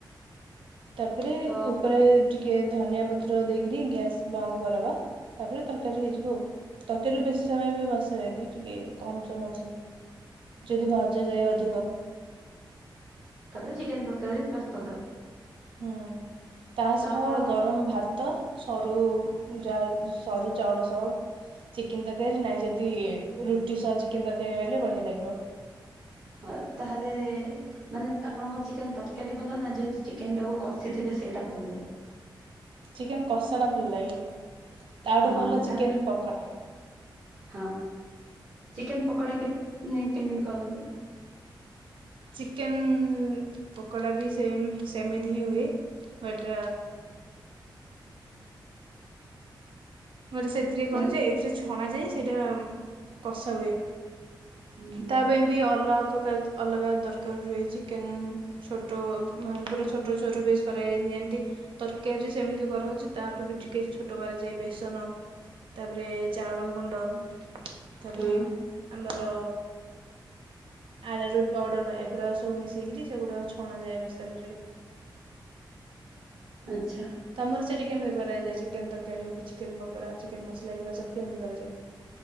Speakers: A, on the right (about 80°); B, on the right (about 55°).
A: ତାପରେ
B: ତ
A: ଉପରେ ଟିକେ ଧନିଆ ପ ପତ୍ର ଦେଇକରି ଗ୍ୟାସ ବନ୍ଦ କରିବ। ତାପରେ ତରକାରୀ ହେଇଯିବ ଆଉ। ତରକାରୀ କୁ ବେଶୀ ସମୟ ବି ବସାନି ଟିକେ କମ ସମୟ ବସ। ଯଦି ଭଜାାଯାଏ ଅଧିକ।
B: <unintelligible>
A: ହୁଁ ତା
B: ତ
A: ସହ
B: ଆପଣ
A: ଗରମ ଭାତ। ସରୁ ଯହା ସରୁ ଚାଉଳ ସହ ଚିକେନ ତରକାରୀ ନାହିଁ ଯଦି ରୁଟି ସହ ଚିକେନ ତରକାରୀ ହେଲେ ବଢିଆ ଲାଗିବ।
B: ହଁ ତାହେଲେ ମାନେ ଆପଣଙ୍କ ଚିକେନ ତରକାରୀ ଭଲ ନା ଯେହେତୁ ଚିକେନ ଟାକୁ କଷିଥିବେ ସେଇଟା ଭଲ ଲାଗେ।
A: ଚିକେନ କଷା ଟା ଭଲ ଲାଗେ। ତାଠୁ
B: ହଁ
A: ଭଲ
B: କାରଣ
A: ଚିକେନ ପକୋଡା।
B: ହଁ ଚିକେନ ପକୋଡା କେ। ନାଇଁ କେମିତି କରନ୍ତି।
A: ଚିକେନ୍ ପକୋଡ଼ା ବି ସେମ୍ ସେମିତି ହିଁ ହୁଏ ବଟ୍। ମାନେ ସେଥିରେ
B: ମାନେ
A: କଣ ଯେ ଏଥିରେ ଛଣା ଯାଏ। ସେଇଟା କସା ହୁଏ।
B: ହୁଁ,
A: ତା ପାଇଁ ବି ଅଲଗା। ରକାର ଅଲଗା ଦରକାର ରୁହେ ଚିକେନ୍ ଛୋଟ ମାନେ ପୁରା ଛୋଟ ଛୋଟ ବେସ୍ କରାଯାଏ ଯେମିତି ତରକାରୀ ସେମିତି କରାହେଛି ତାଠୁ ବି ଟିକିଏ ଛୋଟ କରାଯାଏ ବେସ୍। ନ ତାପରେ ଚାଉଳ ଗୁଣ୍ଡ ତାପରେ
B: ହଁ
A: ଆମର ଆରାରୁଟ୍ ପାଉଡ଼ର ଏଗୁଡ଼ାକ ସବୁ ମିଶେଇକରି ସେଗୁଡ଼ାକ ଛଣାାଯାଇଏବା ତେଲରେ।
B: ଆଚ୍ଛା
A: ତମର ସେଠୀ କେମିତି। କରାଯାଏ ଚିକେନ ତରକାରୀ ହଉ ଚିକେନ ପକୋଡ଼ା ଚିକେନ ମସଲା ଏଗୁଡ଼ା ସବୁ କେମିତି କରାଯାଏ।